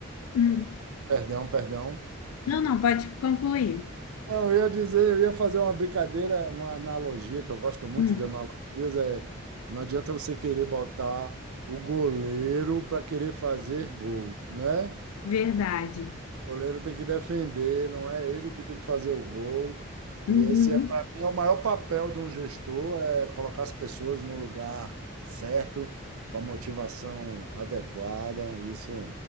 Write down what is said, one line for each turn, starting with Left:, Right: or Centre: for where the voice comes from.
Left: hum,
Right: Perdão, um perdão.
Left: não, não, pode concluir.
Right: Não, eu ia dizer, eu ia fazer uma brincadeira, uma analogia, que eu gosto muito
Left: Hum,
Right: de analogias, é não adianta você querer botar o goleiro para querer fazer gol, né?
Left: verdade.
Right: O goleiro tem que defender, não é ele que tem que fazer o gol. E
Left: Uhum,
Right: esse é, para mim, é o maior papel de um gestor, é colocar as pessoas no lugar certo, com a motivação adequada. Isso